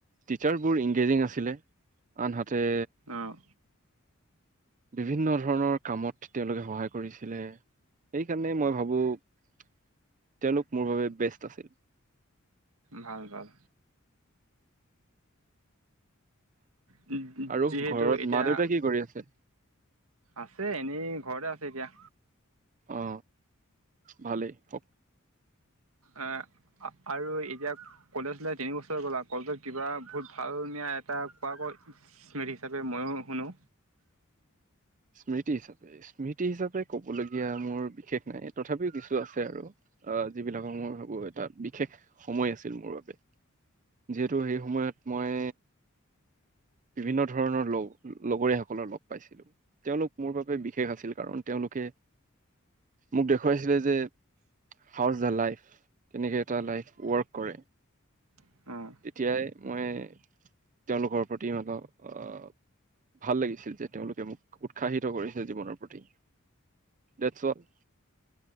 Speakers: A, on the right (about 35°); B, on the right (about 80°).
A: টিচাৰবোৰ ইংগেজিং আছিলে আনহাতে
B: অঁ
A: বিভিন্ন ধৰণৰ কামত তেওঁলোকে সহায় কৰিছিলে। সেইকাৰণে মই ভাবো তেওঁলোক মোৰ বাবে বেষ্ট আছিল
B: ভাল ভাল যি-যি-যিহেতু
A: আৰু ঘৰত
B: এতিয়া
A: মা দেউতাই কি কৰি আছে?
B: আছে এনেই ঘৰতে আছে এতিয়া।
A: অ ভালেই হওক
B: এ আৰু এতিয়া কলেজ লাইভ তিনি বছৰ গ'ল আও কলেজত কিবা বহুত ভাল মিয়া এটা কোৱা ক স্মৃতি হিচাপে ময়ো শুনো?
A: স্মৃতি হিচাপে, স্মৃতি হিচাপে কবলগীয়া মোৰ বিশেষ নাই তথাপিও কিছু আছে আৰু। আহ যিবিলাকৰ মই ভাবো এটা বিশেষ সময় আছিল মোৰ বাবে- যিহেতু সেই সময়ত মই বিভিন্ন ধৰণৰ লগ-লগৰীয়াসকলৰ লগ পাইছিলো। তেওঁলোক মোৰ বাবে বিশেষ আছিল কাৰণ তেওঁলোকে মোক দেখুৱাইছিলে যে হাউজ দা লাইফ কেনেকে এটা লাইফ ৱৰ্ক কৰে।
B: অঁ
A: তেতিয়াই মই তেওঁলোকৰ প্ৰতি মানহ আহ ভাল লাগিছিল যে তেওঁলোকে মোক উৎসাহিত কৰিছে জীৱনৰ প্ৰতি। ডেট চল।